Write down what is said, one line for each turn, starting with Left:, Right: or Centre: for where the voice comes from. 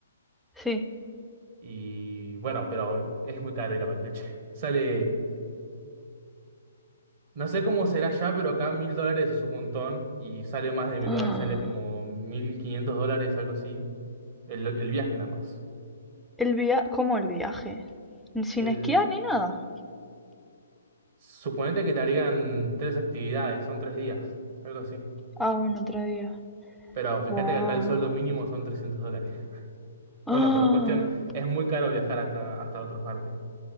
Centre: sí. <gasps>
Right: Y bueno, pero es muy caro ir a Bariloche. <laughs> Sale, no sé cómo será ya, pero acá mil dólares es un montón. Y sale más de mil
Centre: Ah,
Right: dólares, sale como mil quinientos dólares, algo así. El, el viaje nada más.
Centre: el via... ¿Cómo el viaje? ¿Sin
Right: el
Centre: esquiar ni nada?
Right: Suponete que te harían tres actividades, son tres días, algo así.
Centre: Ah, bueno, otro día.
Right: Pero fíjate
Centre: Guau.
Right: que acá el sueldo mínimo
Centre: <gasps>
Right: son 300 dólares. <laughs>
Centre: Ah,
Right: Bueno, pero cuestión, es muy caro viajar hasta, hasta otras partes.